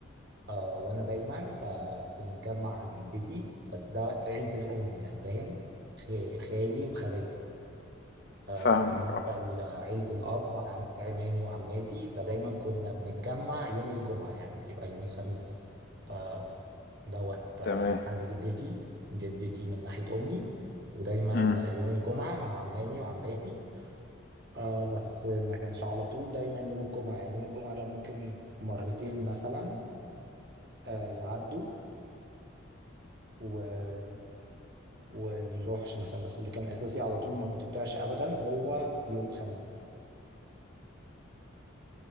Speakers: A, on the right (about 55°); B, on the left (about 50°).
A: آه وانا دايما ب- بنتجمع عند جدتي بس ده عيله الام يعني فاهم خ- خالي وخالاتي آه
B: فاهمك
A: بالنسبه
B: آه،
A: لعيله الاب عم عمامي وعماتي فدايما كنا بنتجمع يوم الجمعه يعني بيبقى يوم الخميس آه، دوت آه،
B: تمام،
A: عند جدتي جدتي من ناحية أمي ودايما
B: إمم،
A: آه، يوم الجمعة مع عمامي وعماتي آه بس ما كانش على طول دايما يوم الجمعة يعني يوم الجمعة ده ممكن مرتين مثلا آه يعدوا و... ومنروحش مثلا بس اللي كان أساسي على طول ما بيتقطعش أبدا هو يوم الخميس